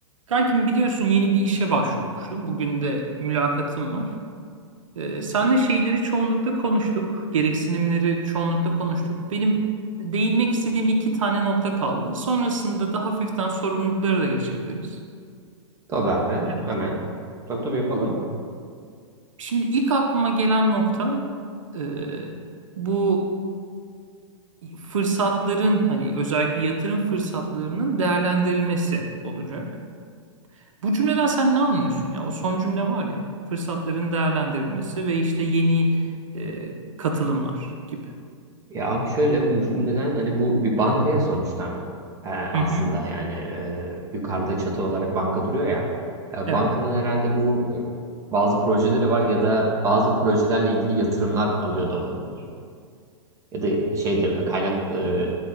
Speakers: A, on the right; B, on the right.
A: Kankim biliyorsun yeni bir işe başvurmuştum. Bugün de mülakatım var. Ee, senle şeyleri çoğunlukla konuştuk. Gereksinimleri çoğunlukla konuştuk. Benim değinmek istediğim iki tane nokta kaldı. Sonrasında da hafiften sorumluluklara da geçebiliriz.
B: Tabii abi
A: Ne
B: hemen. Tabii tabii yapalım.
A: Şimdi ilk aklıma gelen nokta e, bu fırsatların hani özellikle yatırım fırsatlarının değerlendirilmesi olacak. Bu cümleden sen ne anlıyorsun ya? O son cümle var ya. Fırsatların değerlendirilmesi ve işte yeni e, katılımlar gibi.
B: Ya abi şöyle bu neden hani bu bir bankaya sonuçta Ee, aslında
A: Hı hı.
B: yani e, yukarıda çatı olarak banka duruyor ya. E,
A: Evet.
B: bankanın herhalde bu e, bazı projeleri var ya da bazı projelerle ilgili yatırımlar alıyor da olabilir. Ya da şey de e, kaynak e,